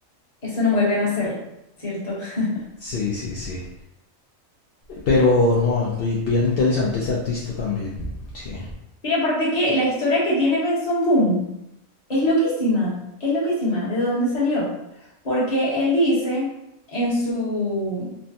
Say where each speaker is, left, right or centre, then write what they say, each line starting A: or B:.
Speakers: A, on the left; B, on the left.
A: Eso no vuelven a hacer, ¿cierto? <laughs>
B: Sí, sí, sí. Pero no, bi- bien interesante ese artista también. Sí.
A: Sí, aparte que la historia que tiene Benson Boom. Es loquísima, es loquísima. ¿De dónde salió? Porque él dice en su,